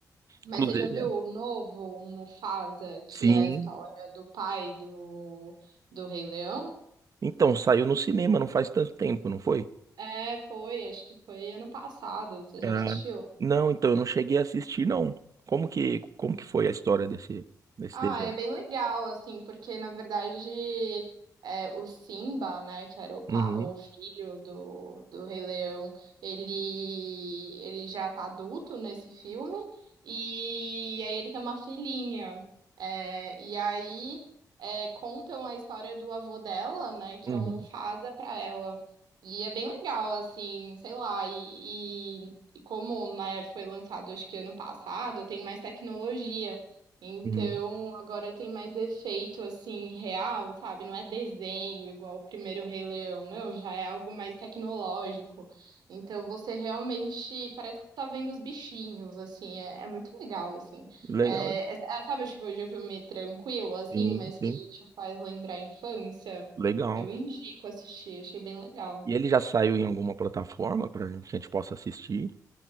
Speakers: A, on the right (about 85°); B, on the right (about 55°).
A: Mas
B: Inclusive,
A: você já viu o novo, o Mufasa, que
B: Sim.
A: é a história do pai do, do Rei Leão?
B: Então, saiu no cinema não faz tanto tempo, não foi?
A: É, foi, acho que foi ano passado. Você já
B: É.
A: assistiu?
B: Não, então eu não cheguei a assistir, não. Como que, como que foi a história desse, desse
A: Ah,
B: desenho?
A: é bem legal, assim, porque na verdade é, o Simba, né, que era o, pa-
B: Uhum,
A: o filho do, do Rei Leão, ele, ele já tá adulto nesse filme, e aí ele tem uma filhinha. É, e aí é, contam a história do avô dela, né, que
B: uhum,
A: é o Mufasa pra ela. E é bem legal, assim, sei lá, e, e, e como, né, foi lançado acho que ano passado, tem mais tecnologia. Então,
B: uhum.
A: agora tem mais efeito assim real, sabe? Não é desenho igual o primeiro Rei Leão, não, já é algo mais tecnológico. Então, você realmente parece que você tá vendo os bichinhos, assim, é, é muito legal, assim.
B: Legal.
A: É, é- é, sabe tipo de filme tranquilo, assim,
B: Sim,
A: mas que
B: sim.
A: te faz lembrar a infância?
B: Legal.
A: Eu indico assistir, achei bem legal.
B: E ele já saiu em alguma plataforma pra gente, que a gente possa assistir?